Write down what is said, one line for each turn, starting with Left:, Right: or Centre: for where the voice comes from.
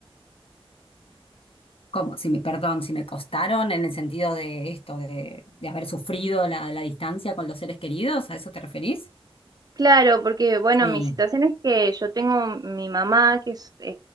Left: como si me, perdón, si me costaron en el sentido de esto, de, de haber sufrido la, la distancia con los seres queridos, ¿a eso te referís?
Right: Claro, porque bueno,
Left: Sí,
Right: mi situación es que yo tengo mi mamá que es,